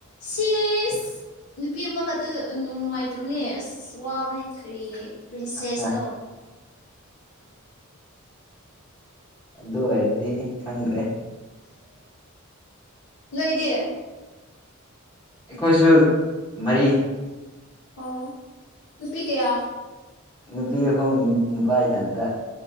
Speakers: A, on the left; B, on the left.
A: ꯁꯤꯁ ꯅꯨꯄꯤ ꯑꯃꯈꯛꯇ ꯅꯨꯡꯉꯥꯏꯇꯕꯅꯦ ꯑꯁ ꯋꯥꯕꯅꯦ ꯀꯔꯤ ꯄ꯭ꯔꯤꯟꯁꯦꯁꯅꯣ
B: ꯑꯠꯆꯥ ꯑꯗꯨ ꯑꯣꯏꯔꯗꯤ ꯈꯪꯗ꯭ꯔꯦ
A: ꯅꯣꯏꯗꯤ
B: ꯑꯩꯈꯣꯏꯁꯨ ꯃꯔꯤ
A: ꯑꯣ ꯅꯨꯄꯤ ꯀꯌꯥ
B: ꯅꯨꯄꯤ ꯑꯍꯨꯝ ꯅꯨꯄꯥ ꯏꯊꯟꯇ